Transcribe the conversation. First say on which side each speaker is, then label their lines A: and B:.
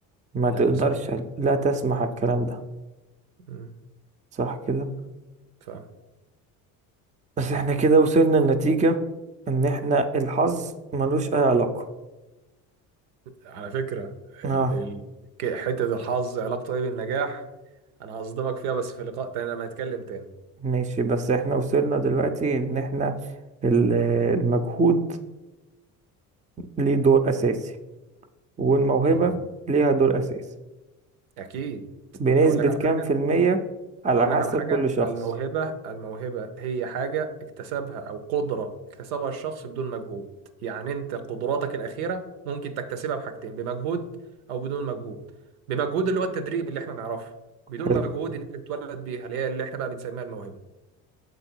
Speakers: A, on the right; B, on the right.
A: ما
B: لا
A: تقدرش
B: تسمع
A: لا تسمح الكلام ده
B: م،
A: صح كده
B: فاهم
A: بس احنا كده وصلنا لنتيجة ان احنا الحظ ملوش اي علاقة
B: على فكرة
A: اه
B: ال... ال... ك- حتة الحظ علاقته ايه بالنجاح انا هصدمك فيها بس في لقاء تاني لما نتكلم تاني
A: ماشي بس احنا وصلنا دلوقتي ان احنا ال- المجهود ليه دور اساسي والموهبة
B: اه
A: ليها دور اساسي
B: اكيد
A: بنسبة
B: اقول لك على
A: كام
B: حاجة
A: في المية على
B: اقول
A: حسب
B: لك على حاجة
A: كل شخص
B: الموهبة الموهبة هي حاجة اكتسبها او قدرة اكتسبها الشخص بدون مجهود يعني انت قدراتك الأخيرة ممكن تكتسبها بحاجتين بمجهود او بدون مجهود بمجهود اللي هو التدريب اللي احنا نعرفه بدون
A: حلو
B: مجهود ان انت تتولد بيها اللي هي اللي احنا بقى بنسميها الموهبة